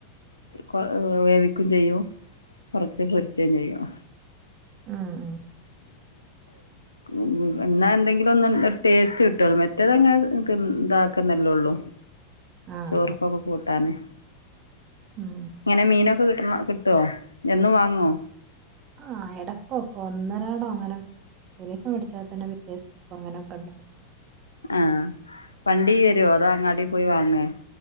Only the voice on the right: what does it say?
ഉം ഉം
ആഹ്
ഉം
ആഹ് ഇടക്കൊക്കെ ഒന്നരാടോ അങ്ങനെ ടൂീസം പിടിച്ചാൽ തന്നെ അങ്ങനെയൊക്കെ ഉണ്ടാവകും